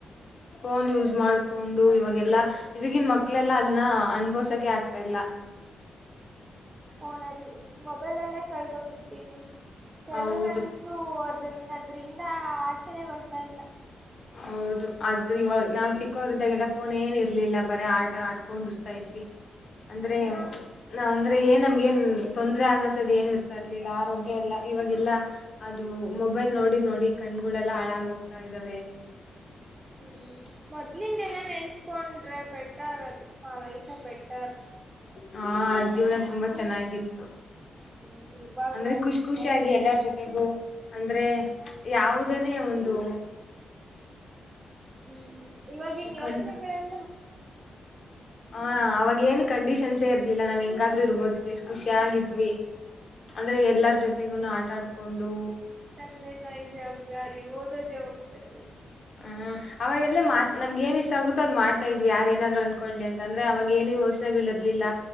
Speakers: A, on the left; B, on the right.
A: ಫೋನ್ ಯೂಸ್ ಮಾಡ್ಕೊಂಡು ಇವಾಗೆಲ್ಲ ಇಗನ್ ಮಕ್ಳೆಲ್ಲಾ ಅದನ್ನ ಅನ್ಭೋಸಕೆ ಆಗ್ತಾ ಇಲ್ಲ
B: ಫೋನಲ್ಲಿ ಮೊಬೈಲ್ಲ್ಲೇ ಕಳ್ದೋಗ್ಬಿಟ್ಟಿದೀವಿ ಕೆಲವರಂದ
A: ಹೌದು
B: ಅದನ್ನದ್ರಿಂದ ಆಚರಣೆ ಬರ್ತಾ ಇಲ್ಲ
A: ಹೌದು ಆದ್ರ ಇವಾಗ ನಾವ್ ಚಿಕ್ಕವರ್ದಾಗಲ್ಲ ಫೋನ್ ಏನ್ ಇರ್ಲಿಲ್ಲ ಬರೇ ಆಟ ಆಡ್ಕೊಂಡು ಇ್ತಾ ಇದ್ವಿ ಅಂದ್ರೆ
B: ಹ್ಮ್
A: ನಾ ಒಂದು ್ರೆ ಏನ್ ನಮ್ಗೆೇನ್ ತೊಂದರೆ ಆಗಂತದ್ ಏನ್ ಇರ್ತಾ ಇರ್ಲಿಲ್ಲ ಆರೋಗ್ಯ ಎಲ್ಲಾ ಇವಾಗೆಲ್ಲ ಅದು ಮೊಬೈಲ್ ನೋಡಿ ನೋಡಿ ಕಣ್ಗಳೆಲ್ಲ ಹಾಳಾಗ ಹೋಗ್ತಾ ಇದ್ದಾವೆ
B: ಹ್ಮ್ ಮೊದ್ಲಿಂದೆಲ್ಲ ನೆನ್ಸ್ಕೊಂಡ್ರೆ ಬೆಟರ್ ಅದು ಆ ಲೈಫ ಬೆಟರ್
A: ಹ ಆ ಜೀವನ ತುಂಬಾ ಚೆನ್ನಾಗಿತ್ತು
B: ಹ್ಮ್ ಇವಾಗ
A: ಅಂದ್ರೆ ಖುಷ್ ಖುಷಿಯಾಗಿಿ
B: ಅವು
A: ಎಲ್ಲಾರ ಜೊತೆಗೂ ಅಂದ್ರೆ ಯಾವುದನೆೇ ಒಂದು
B: ಹ್ಮ್ ಇವಾಗಿನ್
A: ಕಣ್
B: ಯೋಚನೆಗಳೆಲ್ಲ
A: ಹ ಅವಾಗೇಏನು ಕಂಡೀಷನ್ಸೇ ಇರ್ಲಿಲ್ಲ ನಾವ್ ಹೆಂಗಾದ್ರು ಇರ್ಬೋದಿತ್ತು ಎಷ್ಟ್ ಖುಷಿಯಾಗಿದ್ವಿ ಅಂದ್ರೆ ಎಲ್ಲರ ಜೊತೆಗೂ ಆಟಾಡ್ಕೊಂಡು
B: ತಂದೆ ತಾಯಿ ಜವಾಬ್ದಾರಿ ಓದೋ ಜವಾಬ್ದಾರಿ
A: ಹ್ಮ್ ಅವಾಗೆಲ್ಲೇ ಮಾತ್ ನಮ್ಗ ಏನ್ ಇಷ್ಟ ಆಗುತ್ತೋ ಅದು್ ಮಾಡ್ತಾ ಇದ್ವಿ ಯಾರೇನಾದ್ರು ಅನ್ಕಡ್್ಲಿ ಅಂದ್ರೆ ಅವಾಗ ೇನು ಅಷ್ಟ ಪ್ರಶಗಳಿರ್ಲಿಲ್ಲ